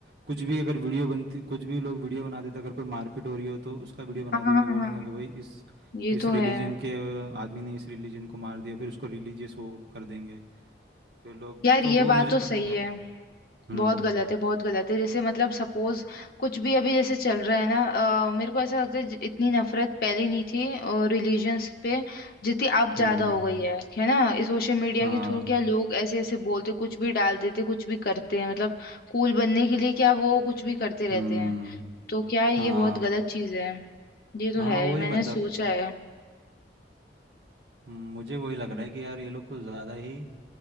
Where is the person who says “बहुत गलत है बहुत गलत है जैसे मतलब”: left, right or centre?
Left